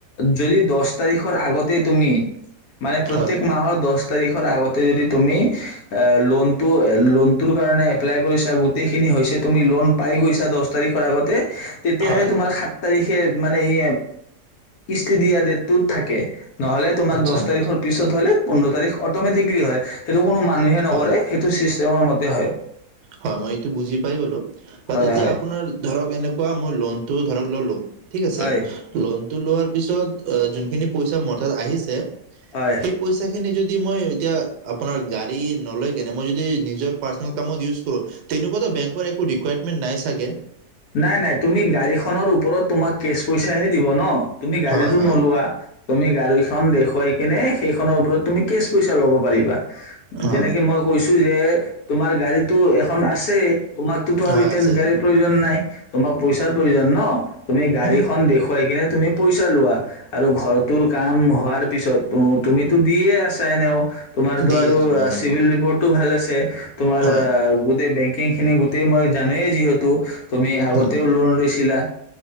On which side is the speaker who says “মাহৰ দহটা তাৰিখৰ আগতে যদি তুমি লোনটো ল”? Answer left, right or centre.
Left